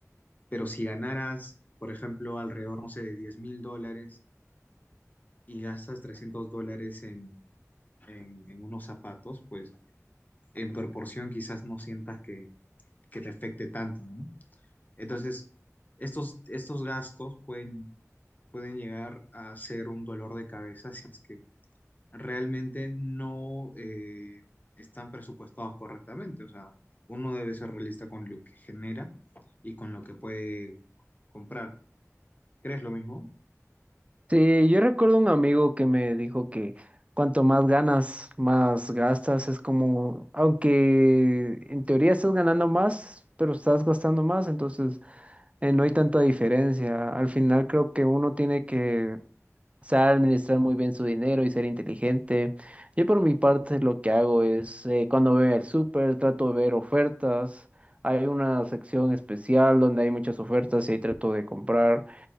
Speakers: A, on the left (about 30°); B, on the right (about 25°).
A: Pero si ganaras, por ejemplo, alrededor, no sé, de diez mil dólares y gastas 300 dólares en, en, en unos zapatos, pues en proporción quizás no sientas que, que te afecte tanto, ¿no? Entonces, estos, estos gastos pueden, pueden llegar a ser un dolor de cabeza si es que realmente no eh, están presupuestados correctamente. O sea, uno debe ser realista con lo que genera y con lo que puede comprar. ¿Crees lo mismo?
B: Sí, yo recuerdo un amigo que me dijo que cuanto más ganas, más gastas. Es como, aunque en teoría estás ganando más, pero estás gastando más, entonces eh, no hay tanta diferencia. Al final creo que uno tiene que saber administrar muy bien su dinero y ser inteligente. Yo por mi parte lo que hago es, eh, cuando voy al súper, trato de ver ofertas. Hay una sección especial donde hay muchas ofertas y ahí trato de comprar.